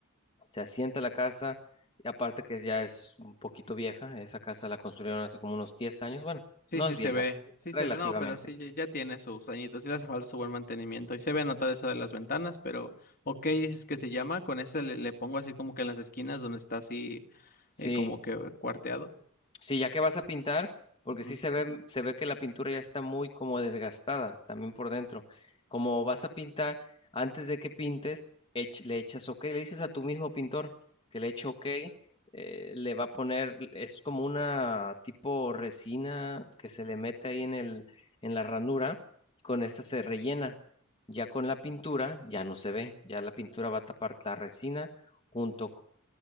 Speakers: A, on the left; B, on the left.
A: Se asienta la casa y aparte que ya es un poquito vieja, esa casa la construyeron hace como unos 10 años, bueno,
B: Sí,
A: no
B: sí
A: es vieja,
B: se ve, sí
A: relativamente.
B: se ve, no, pero sí, ya, ya tiene sus añitos, sí le hace falta su buen mantenimiento. Y se ve anotado eso de las ventanas, pero ok, dices que se llama, con ese le, le pongo así como que en las esquinas donde está así
A: Sí,
B: eh, como que cuarteado.
A: Sí, ya que vas a pintar, porque
B: Ujú.
A: sí se ve, se ve que la pintura ya está muy como desgastada también por dentro. Como vas a pintar, antes de que pintes, ech- le echas OK, le dices a tu mismo pintor que le eche OK, eh, le va a poner, es como una tipo resina que se le mete ahí en el, en la ranura, y con esta se rellena. Ya con la pintura, ya no se ve, ya la pintura va a tapar la resina junto